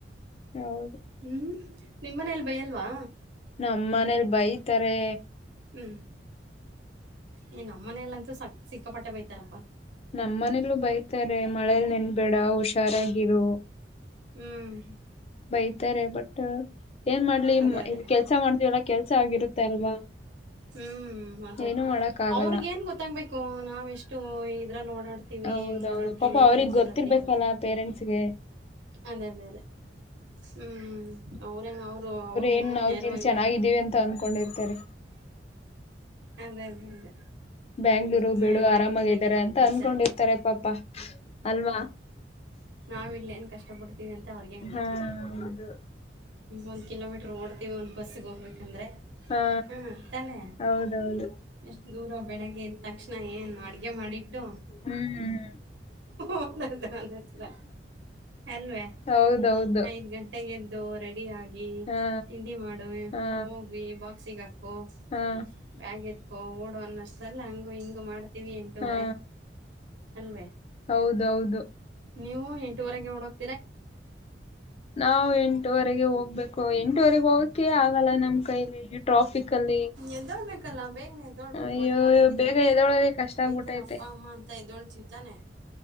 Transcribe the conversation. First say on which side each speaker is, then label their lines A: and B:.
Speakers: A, on the left (about 35°); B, on the right (about 85°).
A: ಹೌದು
B: ಹೂ ನಿಮ್ಮನೇೆಯಲ್ಲಿ ಬೈ ಅಲ್ವಾ
A: ನಮ್ಮ ಮನೇಲಿ ಬೈತಾರೆ
B: ಹೂ ಈ ನಮ್ಮ ಮನೆಯಲ್ಲಂತೂ ಸಕ್ಕ ಸಿಕ್ಕಾಪಟ್ಟೆ ಬೈತಾರ
A: ನಮ್ಮ ಮನೇಲ್ಲೂ ಬೈತಾರೆ ಮಳೇಲ್ ನೆನ್ಬೇಡ ಹುಷಾರಾಗಿರು
B: ಹ್ಮ್
A: ಬೈತಾರೆ ಬಟ್ ಏನ್ ಮಾಡ್ಲಿ
B: ಅದೇ ಅದೇ
A: ಇ ಕೆಲ್ಸ ಮಾಡತಿವಿ ಎಲ್ಲ ಕೆಲ್ಸ ಆಗಿರುತ್ತೆ ಅಲ್ವಾ
B: ಹ್ಮ್ಹೂ ಅದೇ
A: ಏನು
B: ಅದೇ
A: ಮಾಡಕ್ ಆಗಲ್ಲ
B: ಅವ್ರಗ ಏನ್ ಗೊತ್ತಾಗ್ಬೇಕು ನಾವೆಷ್ಟು ಇದ್ರಲ್ಲಿ ಓಡಾಡ್ತೀವಿ
A: ಹೌದೌದು
B: ಹೆಂಗ್ ಓಡಾಡ್ತೀವಿ
A: ಪಾಪ ಅವ್ರಗ್
B: ಬೆಂಗಳೂರಲ್ಲಿ
A: ಗೊತ್ತಿರ್ಬೇಕಲ್ಲ
B: ಅಂತ
A: ಪೇರೆಂಟ್ಸ್ಗೆ
B: ಅದೇ ಅದೇ ಅದೇ ಹೂ ಅವ ಅವೇ ಅವರು ಅವ್ರ
A: ಏನ್
B: ಮುಖಕ್ಕೆ
A: ನಾವ್
B: ನೇರವಾಗಿ
A: ಇಲ್ ಚೆನ್ನಾಗಿದ್ದೀವಿ ಅಂತ ಅನ್ಕೊಂಡಿರ್ತಾರೆ
B: ಅದೇ ಅದೇ ಅದೇ
A: ಬ್ಯಾಂಗ್ಳೂರು
B: ಸುಮ್ಮನೆ
A: ಬಿಡು ಆರಾಮಾಗಾರೆ
B: ಬಾಯಿಗೆ ಬಂದಂಗೆಲ್ಲ
A: ಅಂತ
B: ಬೈತಾರೆ
A: ಅನ್ಕೊಂಡಿರ್ತಾರೆ ಪಾಪಾ ಅಲ್ವಾ
B: ಯಾವ್ ಇಲ್ಲ ಏನ್ ಕಷ್ಟ ಪಡ್ತೀವಿ ಅಂತ ಅವ್ರಿಗ ಹೆಂಗ
A: ಹಾ
B: ಗೊತ್ತ್
A: ಹೌದು
B: ಒಂದ್ ಕಿಲೋಮೀಟರ್ ಓಡ್ತೀವಿ ಒಂದು ಬಸ್ಸಿಗೆ ಹೋಗ್ಬೇಕಂದ್ರೆ
A: ಹಾ
B: ಹಾಂ ತಾನೆ
A: ಹೌದೌದು
B: ಎಷ್ಟು ದೂರ ಬೆಳಗ್ಗೆ ತಕ್ಷಣ ಏನ್ ಅಡಿಗೆ ಅ್ಯ ಮಾಡಿಟ್ಟು
A: ಹ್ಮ್
B: ಹತ್ರರ ಅಲ್ವೇ
A: ಹೌದೌದು
B: ಐದ್ ಗಂಟೆಗೆಂದು ರೆಡಿ ಡಿ ಆಗಿ
A: ಹಾ
B: ತಿಂಡಿ ಮಾಡು
A: ಹಾ
B: ಹೋಗ್ವಿ ಬಾಕ್ಸಿಗೆ ಹಾಕ್ ೋ
A: ಹಾ
B: ಬ್ಯಾಗ್ ಎತ್ಕೋ ಓಡೋನ್ನಷ್ಟಲ್ಲ ಹಂಗ ಹಿಂಗ ಮಾಡ್ ಿವವಿ ಎಂಟೂವರೆ
A: ಹಾ
B: ಅಲ್ವೇ
A: ಹೌದೌದು
B: ನೀವು ಎಂಟೂುವರೆಗೆ ಹೋಡೋಗದ
A: ನಾವು ಎಂಟುವರೆಗೆ ಹೋಗ್ಬೇಕು ಎಂಟು ಎಂಟುವರೆಗೆ ಹೋಗಕೆ ಆಗಲ್ಲ ನಮ್ ಕೈಲಿ ಟ್ರಾಫಿಕ್ ಅಲ್ಲಿ
B: ಎದೋಳ್ಬೇಕಲ್ಲ ಬೇಗನೆ ಎದ್ದೋಳ್ಬೇಕು
A: ಅಯ್ಯೋ
B: ಅದು ಮನೆಗಿದ್ರೆ
A: ಬೇಗ ಎದೊಳೋದೇ ಕಷ್ಟ
B: ಬೈತಾರ
A: ಆಗ್ಬಿಟ್ಟೈತೆ
B: ಅಪ್ಪ ಅಮ್ಮ ಅಂತ ಎದೋಳ್ ಅಂತಾನೆ